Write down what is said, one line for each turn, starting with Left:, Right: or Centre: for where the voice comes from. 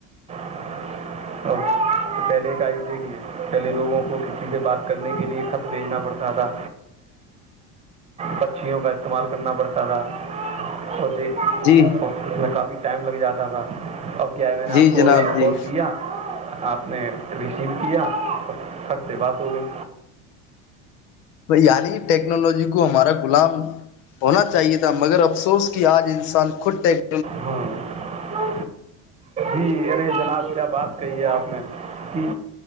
Right: ا پہلے کا آئی دیکھیے پہلے لوگوں کو کسی سے بات کرنے کے لے خط بھیجنا پڑتا تھا پچیوں کا استعمال کرنا پڑتا تھا اور دیکھ
Left: جی
Right: اس میں کافی ٹائم لگ جاتا تھا اب کیا ہے میں نے
Left: جی
Right: آپ کو
Left: جناب
Right: ابھی
Left: جی
Right: کال کیا آپ نے ریسیو کیا اور کب سے بات ہو گئی
Left: یعنی ٹیکنالوجی کو ہمارا غلام ہونا چاہیے تھا مگر افسوس کہ آج انسان خود ٹیکن
Right: ہاں جی ارے جناب کیا بات کہی ہے آپ نے کہ